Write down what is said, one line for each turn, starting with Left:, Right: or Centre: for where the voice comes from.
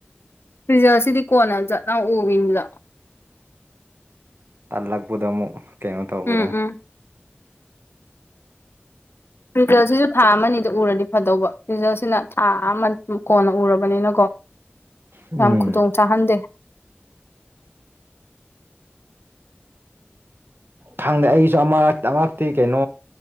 Left: ꯔꯤꯖꯔ ꯁꯤꯗꯤ ꯀꯣꯟꯅꯥ ꯖꯠ ꯂꯥꯎ ꯎꯕꯤꯅꯤꯗꯣ
Right: ꯇꯜꯂꯛꯄꯗꯣ ꯑꯃꯨꯛ ꯀꯩꯅꯣ ꯇꯧꯕꯗꯣ
Left: ꯎꯝ ꯎꯝ ꯔꯤꯖꯜꯁꯤꯁꯨ ꯊꯥ ꯑꯃꯅꯤꯗ ꯎꯔꯗꯤ ꯐꯗꯧꯕ ꯔꯤꯖꯜꯁꯤꯅ ꯊꯥ ꯑꯃ ꯀꯣꯟꯅ ꯎꯔꯕꯅꯤꯅꯀꯣ
Right: ꯎꯝ
Left: ꯌꯥꯝ ꯈꯨꯗꯣꯡ ꯆꯥꯍꯟꯗꯦ
Right: ꯈꯪꯗꯦ ꯑꯩꯁꯨ ꯑꯃ ꯑꯃꯛꯇꯤ ꯀꯩꯅꯣ